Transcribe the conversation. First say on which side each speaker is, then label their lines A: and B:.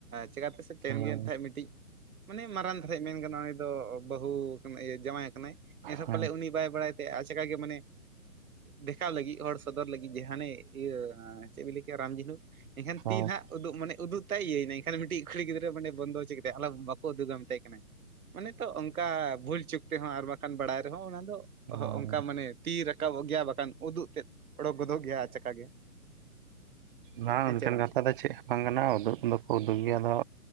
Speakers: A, on the right; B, on the right.
A: ᱪᱮᱠᱟ ᱛᱮᱥᱮ ᱛᱮᱱᱜᱤᱭᱟᱹᱧ
B: ᱦᱳᱭ
A: ᱛᱟᱦᱮᱸᱡ ᱢᱤᱫᱴᱤᱡ ᱢᱟᱱᱮ ᱢᱟᱨᱟᱝ ᱫᱷᱟᱨᱟᱤᱡ ᱢᱮᱱ ᱜᱟᱱᱚᱜᱼᱟ ᱩᱱᱤ ᱫᱚ ᱵᱟᱹᱦᱩ ᱠᱟᱱᱟ ᱤᱭᱟᱹ ᱡᱟᱶᱟᱭ ᱟᱠᱟᱱᱟᱭ ᱮᱱᱨᱮᱦᱚᱸ
B: ᱦᱳᱭ
A: ᱯᱟᱞᱮ ᱩᱱᱤ ᱵᱟᱭ ᱵᱟᱲᱟᱭ ᱛᱮ ᱟᱪᱠᱟᱜᱮ ᱢᱟᱱᱮ ᱫᱮᱷᱟᱣ ᱞᱟᱹᱜᱤᱫ ᱦᱚᱲ ᱥᱚᱫᱚᱨ ᱞᱟᱹᱜᱤᱫ ᱡᱮ ᱦᱟᱱᱮ ᱤᱭᱟᱹ ᱪᱮᱫ ᱵᱤᱱ ᱞᱟᱹᱭ ᱠᱮᱭᱟ ᱨᱟᱢ ᱡᱷᱤᱱᱩᱠ ᱮᱱᱠᱷᱟᱱ
B: ᱦᱳᱭ
A: ᱛᱤ ᱦᱟᱸᱜ ᱩᱫᱩᱜ ᱢᱟᱱᱮ ᱩᱫᱩᱜ ᱢᱮᱛᱟᱭ ᱤᱭᱟᱹ ᱢᱮᱱᱠᱷᱟᱱ ᱢᱤᱫᱴᱤᱡ ᱠᱩᱲᱤ ᱜᱤᱫᱽᱨᱟᱹ ᱢᱟᱱᱮ ᱵᱚᱱᱫᱚ ᱪᱚ ᱞᱮᱭᱟ ᱟᱞᱟᱠ ᱵᱟᱠᱚ ᱩᱫᱩ ᱜᱟ ᱢᱮᱛᱟᱭ ᱠᱟᱱᱟᱭ᱾ ᱢᱟᱱᱮ ᱛᱚ ᱚᱱᱠᱟ ᱵᱷᱩᱞ ᱪᱩᱠ ᱛᱮᱦᱚᱸ ᱟᱨ ᱵᱟᱝᱠᱷᱟᱱ ᱵᱟᱲᱟᱭ ᱨᱮᱦᱚᱸ ᱚᱱᱟ ᱫᱚ,
B: ᱦᱳᱭ
A: ᱦᱚ ᱚᱱᱠᱟ ᱢᱟᱱᱮ ᱛᱤ ᱨᱟᱠᱟᱵᱚᱜ ᱜᱮᱭᱟ ᱵᱟᱠᱷᱟᱱ ᱩᱫᱩᱜ ᱛᱮᱫ ᱚᱰᱚᱠ ᱜᱚᱫᱚ ᱜᱮᱭᱟ ᱪᱟᱠᱟ ᱜᱮ᱾
B: ᱵᱟᱝ
A: ᱦᱮᱸ
B: ᱚᱱᱠᱟᱱ
A: ᱪᱮ
B: ᱠᱟᱛᱷᱟ ᱫᱚ ᱪᱮᱫ ᱦᱚᱸ ᱵᱟᱝ ᱠᱟᱱᱟ ᱩᱫᱩᱜ ᱫᱚᱠᱚ ᱩᱫᱩᱜ ᱜᱮᱭᱟ ᱟᱫᱚ